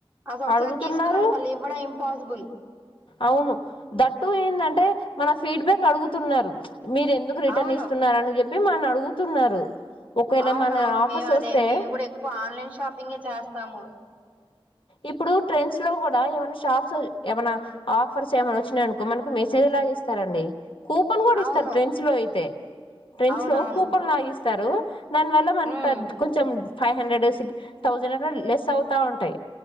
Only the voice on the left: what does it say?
అడుగుతున్నారు
అవును దట్టు ఏందంటే మన ఫీడ్బ్యాక్ అడుగుతున్నారు ప్చ్ మీరు ఎందుకు రిటర్న్
ఇస్తున్నారని జెప్ మే మన్ అడుగుతున్నారు ఒకవేళ
మన
ఆఫర్స్
వస్తే
ఇప్పుడు ట్రెండ్స్ లో కూడా ఏమైనా షాప్స్ ఏమైనా ఆఫర్స్ ఏమైన్నా వచ్చినానుకో మనకి మెసేజ్ లాగా ఇస్తారండి. కూపన్ కూడా
ఇస్తారు ట్రెండ్స్ లో అయితే ట్రెండ్స్
లో కూపన్ లాగిస్తారు దానివల్ల మనకు
పెద్ కొంచెం ఫైవ్ హండ్రెడ్ సి థౌజండ్ అట్లా లెస్ అవుతా ఉంటాయి